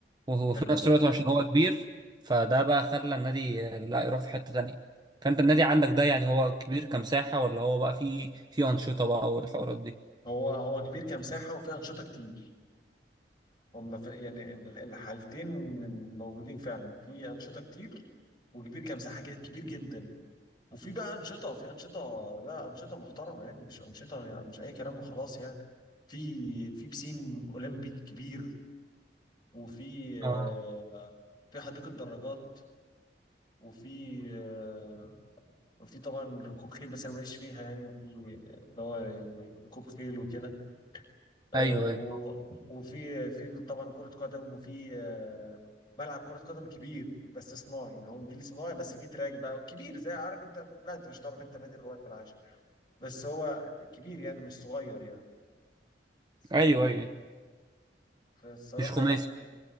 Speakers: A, on the right; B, on the left.
A: وهو
B: حلو
A: في نفس
B: ده
A: الوقت عشان هو كبير فده بقى خلى النادي آه، لا يروح في حتة تانية فانت النادي عندك ده يعني هو كبير كمساحة ولا هو بقى فيه فيه أنشطة بقى والحوارات دي
B: هو هو كبير كمساحه وفيه انشطه كتير هم في يعني ال- الحالتين موجودين فعلا في انشطه كتير وكبير كمساحه ج- كبير جدا وفي بقى انشطه في انشطه لا انشطه محترمه يعني مش انشطه يعني مش اي كلام وخلاص يعني في في بسين اولمبي كبير وفي
A: اه
B: آه، في حديقة دراجات وفي آه، وفي طبعا ركوب خيل بس انا ماليش فيها يعني وفي آه، اللي هو يعني ركوب خيل وكده آه،
A: ايوه
B: و-
A: ايوه
B: وفي في طبعا كرة قدم وفي آه، ملعب كرة قدم كبير بس صناعي يعني هو نجيل صناعي بس فيه تراك بقى كبير زي عارف انت لا انت مش هتعرف انت نادي الرواد في العاشر بس هو كبير يعني مش صغير يعني ف...
A: ايوه ايوه
B: فالصراحة
A: مش خماسي
B: يعني